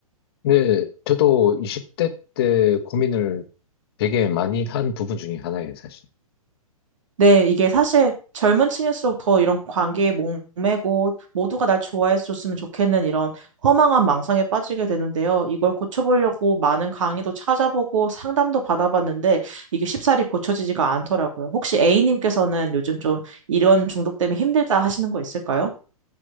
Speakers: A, on the left; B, on the right.
A: 네, 저도 20대 때 고민을 되게 많이 한 부분 중에 하나예요, 사실.
B: 네, 이게 사실 젊은 층일수록 더 이런 관계에 목매고 모두가 날 좋아해줬으면 좋겠는 이런 허망한 망상에 빠지게 되는데요. 이걸 고쳐보려고 많은 강의도 찾아보고 상담도 받아봤는데 이게 쉽사리 고쳐지지가 않더라고요. 혹시 A님께서는 요즘 좀 이런 중독 때문에 힘들다 하시는 거 있을까요?